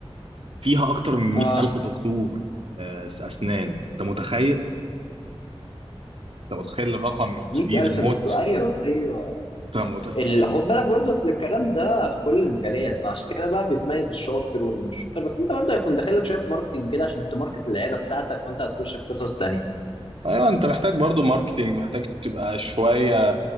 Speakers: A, on the right; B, on the left.
A: فيها اكتر من
B: اه
A: 100 الف دكتور آه، اسنان انت متخيل انت متخيل الرقم الكبير
B: 100000
A: موت
B: دكتور ايوه ايوه
A: انت متخيل
B: ال- خد بالك برضه اصل الكلام ده في كل المجالات فعشان كده بقى بيتميز الشاطر واللي مش شاطر بس انت برضه هيكون داخل لك شويه ماركتنج كده عشان تماركت العياده بتاعتك فانت هتخش في قصص تانيه
A: ايوه انت محتاج برضو ماركتينج محتاج تبقى شويه